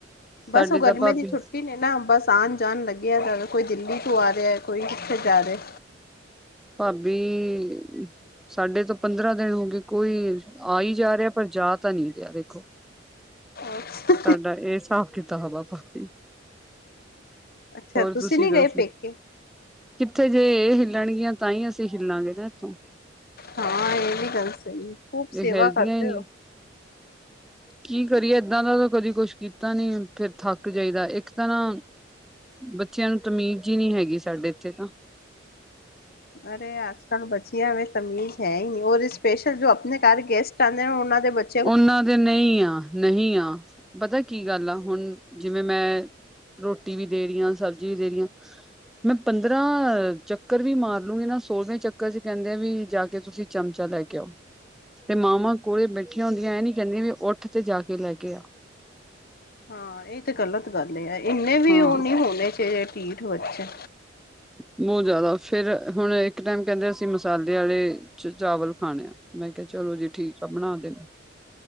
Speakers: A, in the centre; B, on the left.
A: ਸਾਡੇ
B: ਬਸ ਓ ਗਰਮੀਆਂ
A: ਤਾਂ ਭਾਬੀ
B: ਦੀ ਛੁੱਟੀ ਨੇ ਨਾ ਬਸ। ਆਨ ਜਾ ਲੱਗੇਆ ਦਾ। ਕੋਈ ਦਿੱਲੀ ਤੋਂ ਆ ਰੇਆ ਏ ਕੋਈ ਕਿੱਥੇ ਜਾ ਰੇ।
A: ਭਾਬੀ। ਸਾਡੇ ਤੋ ਪੰਦਰਾਂ ਦਿਨ ਹੋ ਗਏ ਕੋਈ ਆਈ ਜਾ ਰੇਆ ਪਰ ਜਾ ਤਾ ਨੀ ਰੇਆ ਦੇਖੋ।
B: ਅੱਛਾ।
A: ਸਾਡਾ ਏ ਸਾਬ ਕਿਤਾਬ ਆ ਭਾਬੀ।
B: ਅੱਛਾ
A: ਹੋਰ
B: ਤੁਸੀਂ
A: ਤੁਸੀ
B: ਨੀ ਗਏ
A: ਦੱਸੋ।
B: ਪੇਕੇ
A: ਕਿੱਥੇ ਜੇ ਇਹ ਹਿੱਲਣਗੀਆਂ, ਤਾਂ ਹੀ ਅਸੀਂ ਹਿੱਲਾਂਗੇ ਨਾ ਇੱਥੋਂ।
B: ਹਾਂ, ਇਹ ਵੀ ਗੱਲ ਸਹੀ ਹੈ! ਖੂਬ
A: ਇਹ
B: ਸੇਵਾ
A: ਹਿਲਦੀਆਂ
B: ਕਰਦੇ
A: ਹੀ ਨਹੀਂ
B: ਹੋ।
A: ਕੀ ਕਰੀਏ, ਏਦਾਂ ਦਾ ਤਾਂ ਕਦੀ ਕੁਛ ਕੀਤਾ ਨੀ, ਫੇਰ ਥੱਕ ਜਾਈਦਾ ਇੱਕ ਤਾਂ ਨਾ ਬੱਚਿਆਂ ਨੂੰ ਤਮੀਜ਼ ਈ ਨੀ ਹੈਗੀ ਸਾਡੇ ਇੱਥੇ ਤਾਂ।
B: ਅਰੇ, ਅੱਜ-ਕੱਲ੍ਹ ਬੱਚਿਆ ਵਿੱਚ ਤਮੀਜ਼ ਹੈ ਈ ਨਹੀਂ, ੳ ਰਿਸਪੈਕਟ ਸਪੈਸ਼ਲ ਜੋ ਆਪਣੇ ਘਰ ਗੈਸਟ ਆਉਂਦੇ ਨੇ, ਉਹਨਾਂ ਦੇ ਬੱਚੇ
A: ਉਹਨਾਂ ਦੇ ਨਹੀਂ ਆ, ਨਹੀਂ ਆ, ਪਤਾ ਕੀ ਗੱਲ ਆ, ਹੁਣ ਜਿਵੇਂ ਮੈਂ ਰੋਟੀ ਵੀ ਦੇ ਰਹੀਆਂ, ਸਬਜ਼ੀ ਵੀ ਦੇ ਰਹੀਆਂ ਮੈਂ ਪੰਦਰਾਂ ਚੱਕਰ ਵੀ ਮਾਰ ਲੂੰਗੀ ਨਾ, ਸੋਲਵੇਂ ਚੱਕਰ 'ਚ ਕਹਿੰਦੇ ਆ ਵੀ ਜਾ ਕੇ ਤੁਸੀਂ ਚਮਚਾ ਲੈ ਕੇ ਆਓ, ਤੇ ਮਾਵਾਂ ਕੋਲੇ ਬੈ ਠੀਆ ਹੁੰਦੀਆਂ, ਇਹ ਨੀ ਕਹਿੰਦਿਆ ਵੀ ਉੱਠ ਤੇ ਜਾ ਕੇ ਲੈ ਕੇ ਆ!
B: ਹਾਂ, ਇਹ ਤੇ ਗ਼ਲਤ ਗੱਲ ਏ ਆ! ਇੰਨੇ ਵੀ
A: ਹਾਂ।
B: ਉਹ ਨੀ ਹੋਣੇ ਚਾਹੀਦੇ ਢੀਠ ਬੱਚੇ।
A: ਬਹੁਤ ਜ਼ਿਆਦਾ! ਫੇਰ ਹੁਣ ਇੱਕ ਟਾਈਮ ਕਹਿੰਦੇ ਅਸੀਂ ਮਸਾਲੇ ਆਲੇ ਚ ਚਾਵਲ ਖਾਣੇ ਆ। ਮੈਂ ਕਿਹਾ, ਚਲੋ ਜੀ, ਠੀਕ ਆ, ਬਣਾ ਦੇਣੇ।